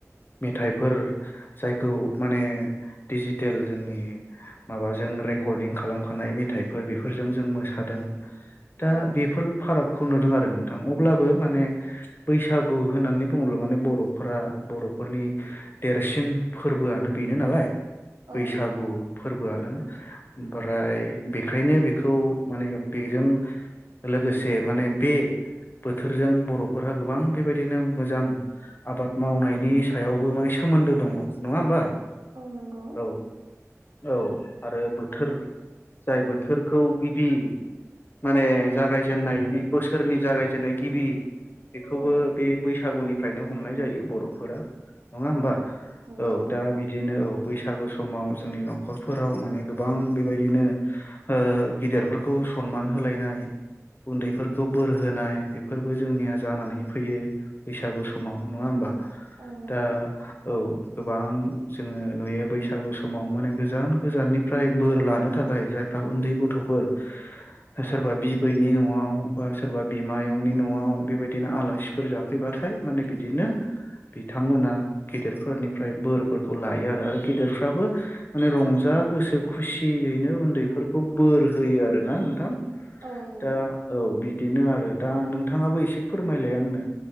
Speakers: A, on the left; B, on the right.
A: मेथाइफोर जायखौ माने डिजिटेल जोंनि माबाजों रेकर्डिं खालामखानाय मे थाइफोर बेफोरजों जों मोसादों दा
B: औ
A: बेफोर फारागखौ नुदों आर <inaudible> नोंथां अब्लाबो माने बैसागु होननानै बुङोब्ला माने बर'फोरा बर'फोरनि देरसिन फोरबोआनो बेनो नालाय बैसागु
B: औ नंगौ
A: फोरबोआनो ओमफ्राय बेखायनो बेखौ माने बेजों लोगोसे माने बे बोथोरजों बर'फोरा गोबां बेबायदिनो मोजां आबाद मावनायनि सायावबो माने सोमोन्दो दङ नङा होमबा।
B: औ नंगौ।
A: औ औ आरो बोथोर जाय बोथोरखौ गिबि। माने जागायजेननाय बोसोरनि जागायजेननाय गिबि। बेखौबो
B: औ
A: बे बैसागुनिफ्रायनो हमनाय जायो बर'फोरा। नङा होमबा
B: औ नंगौ
A: औ दा बिदिनो औ। बैसागु समाव जोंनि न'खरफोराव माने गोबां बेबायदिनो ओ गिदिरफोरखौ सनमान होलायनाय। उन्दैफोरखौ बोर होनाय बेफोरबो जोंनिया जानानै फैयो बैसागु समाव नङा होमबा।
B: औ नंगौ
A: दा औ। गोबां जोङो नुयो बैसागु समाव माने गोजान गोजाननिफ्राय बोर लानो थाखा खाय जायफ्रा उन्दै गथ'फोर
B: औ
A: सोरबा बिबैनि न'आव बा। सोरबा बिमायंनि न'आव बेबायदिनो आलासिफोर जाफैबाथाय माने बिदिनो बिथांमोना गेदेरफोरनिफ्राय बोरफोरखौ लायो आरो। आरो गेदेरफ्राबो माने रंजा मा गोसो खुसियै नो उन्दैफोरखौ बोर होयो आरोना नोंथां
B: औ नंगौ
A: दा औ बिदिनो आ रो दा नोंथाङाबो एसे फोरमायलाय आंनो